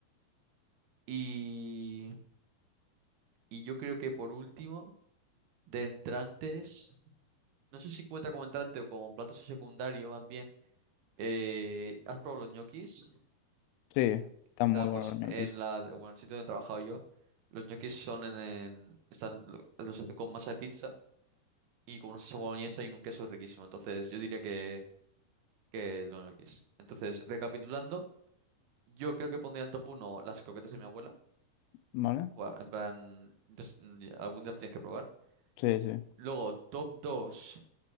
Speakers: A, on the right; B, on the left.
A: Y, y yo creo que por último, de entrantes. No sé si cuenta como entrante o como plato secundario, más bien. Eh, ¿has probado los ñoquis?
B: sí, están
A: Y
B: muy
A: nada,
B: buenos
A: pues
B: los ñoquis,
A: en la, bueno, en el sitio donde he trabajado yo, los ñoquis son en, en- están, lo- los hacen con masa de pizza y con una salsa boloñesa y un queso riquísimo. Entonces, yo diría que, que los ñoquis. Entonces, recapitulando, yo creo que pondría en top uno las croquetas de mi abuela.
B: ¿vale?
A: Buah, en plan, entonces, mm, algún día las tienes que probar.
B: Sí, sí,
A: Luego, top 2